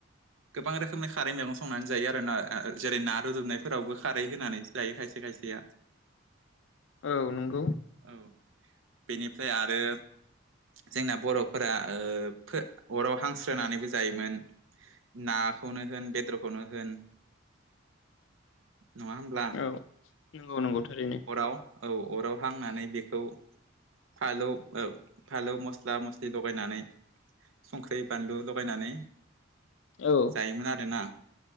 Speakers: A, on the right; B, on the left.
A: गोबां रोखोमनि खारै मैगं संनानै जायो आरोना जेरै ना रुदुबनायफोरावबो खारै होनानै जायो खायसे खायसे या
B: औ नंगौ
A: औ बेनिफ्राय आरो जोंना बर'फोरा ओ फो अराव हांस्रोनानैबो जायोमोन नाखौनो होन बेदरखौनो होन
B: <inaudible>
A: नङा होमब्ला
B: औ नंगौ नंगौ थारैनो
A: अराव औ अराव हांनानै बेखौ फालौ फालौ मस्ला मस्लि लगायनानै संख्रै बानलु लगायनानै
B: औ
A: जायोमोन आरोना